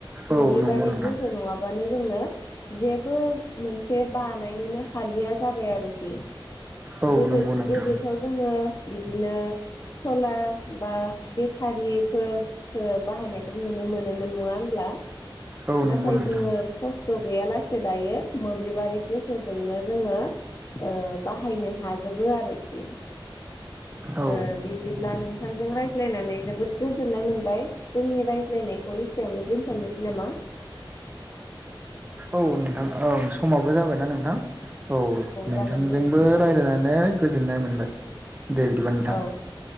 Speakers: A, on the right (about 20°); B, on the left (about 40°).
A: औ
B: मोब्लिबारि
A: नंगौ नोंथां
B: गोहो नङाबानो जोंनो जेबो मोनसे बानायनोनो हालिया जाबाय आरोखि।
A: औ
B: गोदो
A: नंगौ नोंथां
B: गोदोथ' जोङो बिदिनो सलार बा बेटारिफोर सो बाहायनायखौ नुनो मोनोमोन नङा होनब्ला।
A: औ
B: नाथाय
A: नंगौ नोंथां
B: जोङो खसथ' गैयालासे दायो मोब्लिबारि गोहोजोंनो जोंङो ओ बाहायनो हाजोबो आरोखि।
A: औ
B: ओ बिब्दिब्ला नोंथांजों रायज्लायनानै जोबोद गोजोननाय मोनबाय जोंनि रायज्लायनायखौ एसेयावनो दोनथ'नोसै नामा
A: औ नोंथां ओं समाबो जाबायना नोंथां औ नोंथांजोंबो
B: जागोन दे
A: रायज्लायनानै गोजोननाय मोनबाय दे बिदिबा नोंथां
B: औ